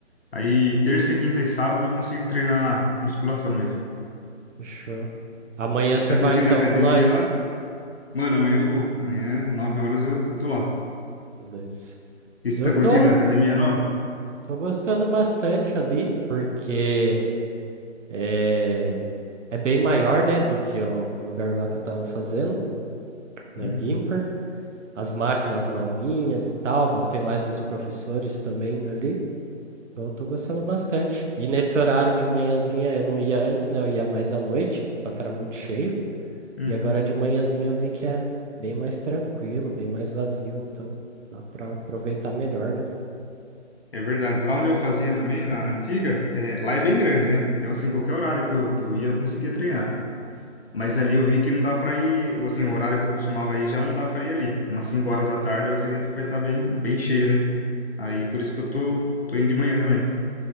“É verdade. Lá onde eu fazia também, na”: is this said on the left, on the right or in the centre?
Left